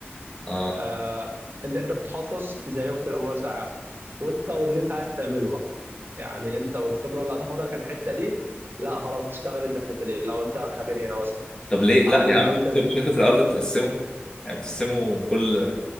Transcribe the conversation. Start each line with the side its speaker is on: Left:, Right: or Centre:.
Left: اه
Right: آه انت انت بتتخصص زي كده امور زيها وانت واللي انت عايز تعمله بقى يعني انت والخبره اللي هتاخدها في الحته دي لا خلاص تشتغل انت في الحته دي لو انت خبير هنا مثلا
Left: طب ليه لا
Right: او
Left: يا عم
Right: لو
Left: مش
Right: انت
Left: انت مش انت في الاول بتقسمه يعني بتقسمه كل